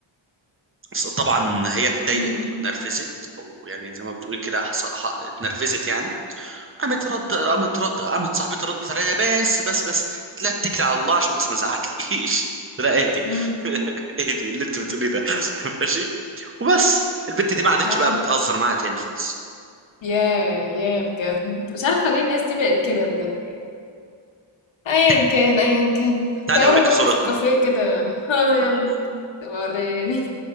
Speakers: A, on the right (about 25°); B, on the left (about 65°).
A: بس طبعا هي اتضايقت
B: امم
A: واتنرفزت او يعني زي ما بتقولي كده حص- ح- اتنرفزت يعني قامت رد قامت رد قامت صاحبتي ردت عليها بس بس بس لا اتكلي على الله عشان بس ما ازعقليش <laughs> لا اهدي
B: امم
A: اهدي اللي انت بتقولي ده <laughs> ماشي وبس البت دي ما عادتش
B: اه
A: بقى بتهزر معايا تاني خالص
B: ياه ياه بجد مش عارفة ليه الناس دي بقت كده بجد يعني ايا
A: طيب،
B: كان ايا كان
A: تعالي
B: تعالى
A: اوريكي
B: نقعد
A: صورتنا
B: في الكافيه كده اه يلا
A: اه
B: تبقى وريني